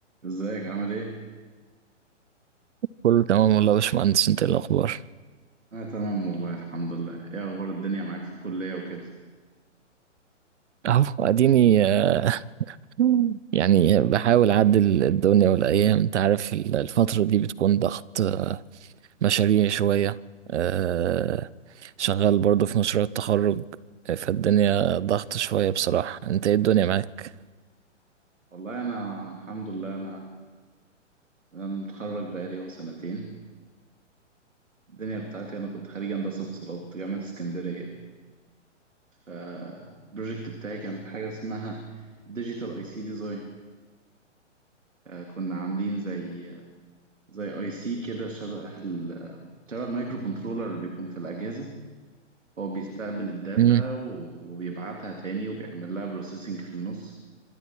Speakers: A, on the right; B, on the right.
A: ازيك عامل ايه؟
B: كله تمام والله يا باشمهندس انت ايه الاخبار
A: انا تمام والله الحمد لله ايه اخبار الدنيا معاك في الكلية وكده
B: اهو اديني آه، يعني بحاول اعدل الدنيا والايام انت عارف ال- الفتره دي بتكون ضغط مشاريع شويه آه، شغال برضه في مشروع التخرج آه، فالدنيا ضغط شويه بصراحه انت ايه الدنيا معاك
A: والله انا الحمد لله انا انا متخرج بقالي اهو سنتين الدنيا بتاعتي انا كنت خريج هندسة اتصالات جامعة اسكندرية البروجكت بتاعي كان في حاجة اسمها ديجيتال اي سي ديزاين كنا عاملين زي زي اي سي كده شبه ال... شبه المايكرو كنترولر اللي بيكون في الأجهزة هو بيستقبل الداتا
B: مم.
A: و- وبيبعتها تاني وبيعمل لها بروسيسنج في النص